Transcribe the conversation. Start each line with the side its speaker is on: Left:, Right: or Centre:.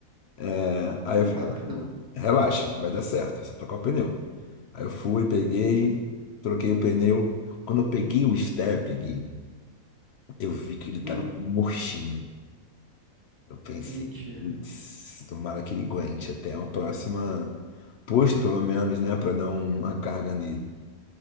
Left: né? Aí
Right: Ah,
Left: eu falei,
Right: rapidão.
Left: "Hum, relaxa, não vai dar certo, é só trocar o pneu. Aí eu fui, peguei, troquei o pneu. Quando eu peguei o step, Gui, eu vi que ele tava
Right: Hum,
Left: murchinho. Eu pensei,
Right: mentira.
Left: putz, tomara que ele aguente até o próximo posto, pelo menos, né, pra dar uma carga nele.